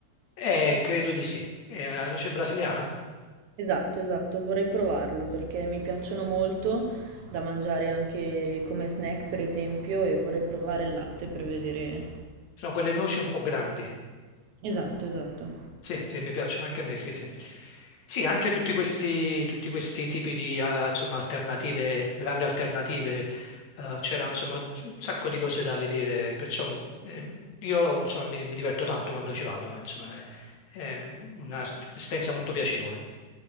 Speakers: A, on the left; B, on the right.
A: Eh, credo di sì. È una noce brasiliana?
B: Esatto, esatto, vorrei provarlo perché mi piacciono molto da mangiare anche come snack, per esempio, e vorrei provare il latte per vedere.
A: Sono quelle noci un po' grandi.
B: Esatto, esatto.
A: Sì, sì, mi piacciono anche a me, sì, sì. Sì, anche tutti questi, tutti questi tipi di, eh, insomma, alternative, grandi alternative, eh, c'era, insomma, un sacco di cose da vedere, perciò, ehm, io, insomma, mi, mi diverto tanto quando ci vado, eh, insomma, eh. È un'esperienza molto piacevole.